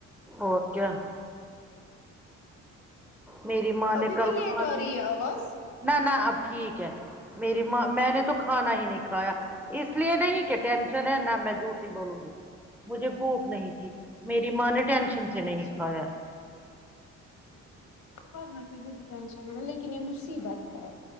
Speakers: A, in the centre; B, on the left.
A: اور کیا میری ماں
B: ابھی
A: نے کل
B: بھی لیٹ
A: کھانا
B: آ رہی ہے آواز
A: نہ نہ اب ٹھیک ہے میری ماں میں نے تو کھانا ہی نہیں کھایا اس لیے نہیں کہ ٹینشن ہے نہ میں جھوٹ ہی بولوں گی مجھے بھوک نہیں تھی میری ماں نے ٹینشن سے نہیں
B: اچھا
A: کھایا
B: ورنہ کہ یہی ٹینشن ہے نا لیکن یہ مصیبت ہے